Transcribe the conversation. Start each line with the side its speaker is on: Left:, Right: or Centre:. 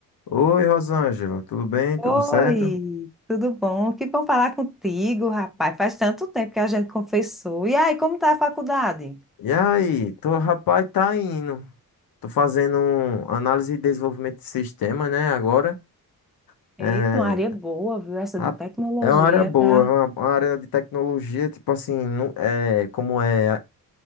Left: Oi, Rosângela, tudo bem?
Centre: Oi,
Left: Tudo certo?
Centre: tudo bom? Que bom falar contigo, rapaz. Faz tanto tempo que a gente confessou. E aí, como tá a faculdade?
Left: E aí, tô, rapaz, tá indo. Tô fazendo um análise e desenvolvimento de sistema, né, agora.
Centre: Eita,
Left: É,
Centre: uma área boa, viu? Essa
Left: rap-
Centre: de tecnologia,
Left: é uma área boa,
Centre: tá?
Left: é uma, uma área de tecnologia, tipo assim, não, é, como é a-